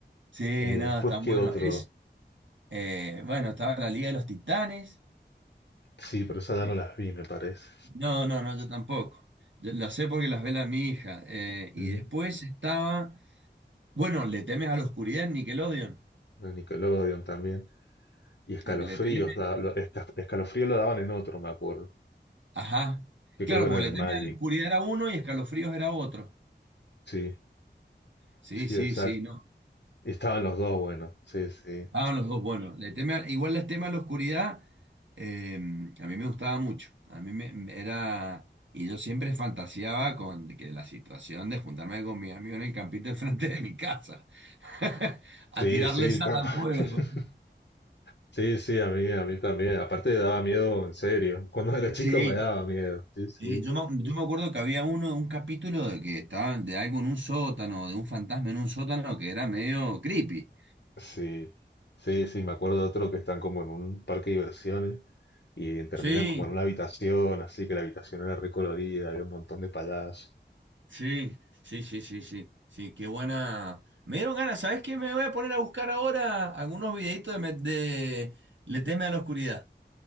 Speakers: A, on the right; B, on the left.
A: Sí,
B: Eh,
A: no,
B: después,
A: están
B: ¿qué
A: bueno
B: otro?
A: Es, eh, bueno, estaba la Liga de los Titanes.
B: Sí, pero esas ya
A: eh,
B: no las vi, me parece.
A: No, no, no, yo tampoco. Yo las sé porque las vela mi hija. Eh, y
B: Mm,
A: después estaba. Bueno, ¿le temes a la oscuridad en Nickelodeon?
B: de Nickelodeon también. Y escalofríos,
A: En Le temes-
B: da- lo- esca- escalofrío lo daban en otro, me acuerdo,
A: Ajá.
B: que
A: Claro,
B: creo que era
A: porque
B: en
A: le
B: el Magic.
A: temes a la oscuridad era uno y escalofríos era otro.
B: Sí,
A: Sí,
B: sí,
A: sí,
B: exacto.
A: sí, no.
B: Y estaban los dos, bueno, sí, sí.
A: Estaban los dos, bueno. Le teme a- Igual les teme a la oscuridad. eh, a mí me gustaba mucho. A mí me me era. Y yo siempre fantaseaba con que la situación de juntarme con mi amigo en el campito enfrente de mi casa <laughs>
B: Sí,
A: a tirarle
B: sí,
A: sal
B: tal
A: al
B: cual.
A: fuego.
B: <laughs> Sí, sí, a mí, a mí también. Aparte daba miedo, en serio. Cuando era chico
A: Sí,
B: me daba miedo. Sí, sí.
A: sí, yo me, yo me acuerdo que había uno, un capítulo de que estaban de algo en un sótano, de un fantasma en un sótano que era medio creepy.
B: Sí, sí, sí, me acuerdo de otro que están como en un parque de diversiones y terminan
A: Sí,
B: como en una habitación, así que la habitación era recolorida, había un montón de payasos.
A: sí, sí, sí, sí, sí, sí, qué buena. Me dieron ganas, ¿sabes qué? Me voy a poner a buscar ahora algunos videitos de, me- de Le teme a la oscuridad.